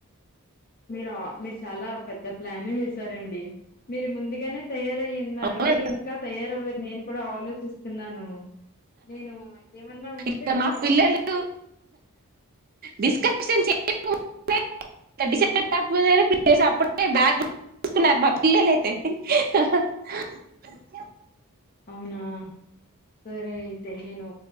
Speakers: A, on the left; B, on the right.
A: మీరు ఆ మీరు చాలా పెద్ద ప్లానే వేసారండి మీరు ముందుగానే తయారయ్యే ఉన్నారు
B: అవును
A: నేను ఇంకా తయారు లేదు నేను కూడా ఆలోచిస్తున్నాను నేను ఏమన్నా ఉంటే
B: ఇక
A: నేను
B: మా పిల్లలు డిస్కషన్ చేయక ముందే డెసిషన్ అప్పుడే బ్యాగ్ తీసుకున్నారు మా పిల్లలయితే ఆహా ఆహా <unintelligible>
A: అవునా సరే అయి అతే నేను